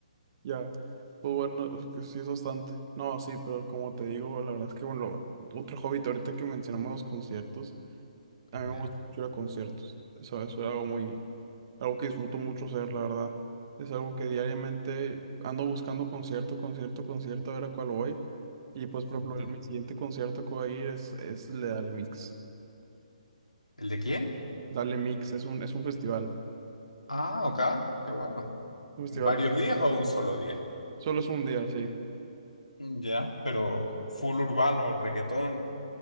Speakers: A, on the right; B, on the left.
A: Ya, pues bueno, es que sí es bastante. No, sí, pero como te digo, la verdad es que, bueno, otro hobby, ahorita que mencionamos los conciertos, a mí me
B: Ya,
A: gusta mucho ir a conciertos, eso, eso era algo muy Algo que disfruto mucho hacer, la verdad. Es algo que diariamente ando buscando concierto, concierto, concierto, a ver a cuál voy. Y pues, por ejemplo,
B: ya.
A: el- mi siguiente concierto que voy a ir es, es el de Dale Mix.
B: ¿El de quién?
A: Dale Mix es un, es un festival.
B: Ah, ok, qué bueno.
A: Un festival,
B: ¿Varios
A: aquí.
B: días o un solo día?
A: solo es un día, sí.
B: Ya, pero full urbano, reggaetón